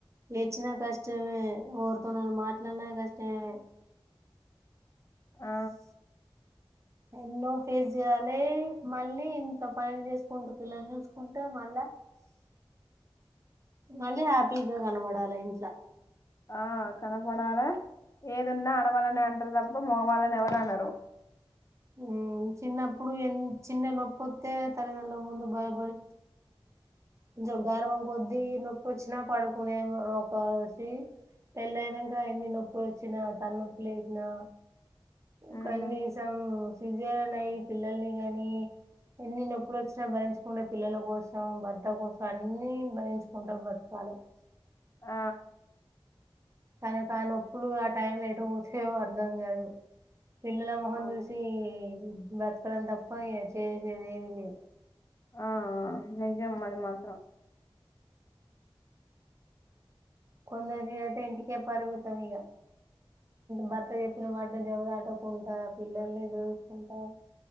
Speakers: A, on the right; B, on the left.
A: ఏడ్చినా కష్టమే ఓర్తోనన్న మాట్లన్న కష్టమే
B: ఆ
A: ఎన్నో ఫేజ్ జేయాలె మళ్ళీ ఇంట్లో పనులు చేసుకుంటూ పిల్లల్ని జూసుకుంట మళ్ళా మళ్ళీ హ్యాపీగా గనబడాల ఇంట్లో
B: ఆ కనపడాల ఏదున్నా ఆడవళ్ళనె అంటారు దప్ప మగవాళ్ళని ఎవరు అనరు
A: ఉమ్ చిన్నప్పుడు ఎన్ చిన్న నొప్పొత్తే తల్లిదండ్రుల ముందు భయపడి కొంచెం గారాబం కొద్ది నొప్పొ చ్చినా పడుకునే ఒక స్రీ పెళ్ళి అయినంక ఎన్ని నొప్పులు వచ్చినా తలనొప్పుి లేస్నా
B: ఉమ్
A: కనీసం సజరిన్ అయ్ పిల్లల్ని గనీ ఎన్ని నొప్పులొచ్చినా భరించుకుండె పిల్లల కోసం భర్త కోసం అన్ని భరించుకుంటాం బతుక కాల
B: ఆ
A: తనకాయ్ నొప్పులు ఆ టైమ్ లో ఎటు పోసేవో అర్ధం గాదు పిల్లల మొహం
B: ఆ
A: చూసి బ్రతకడం తప్ప ఇగ చేసేది ఏది లేదు
B: ఆ ఆ నిజం అది మాత్రం
A: కొందరికైతే ఇంటికే పరిమితం ఇగ భర్త జెప్పిన మాట జవదాటకుంటా పిల్లల్ని జూసుకుంటా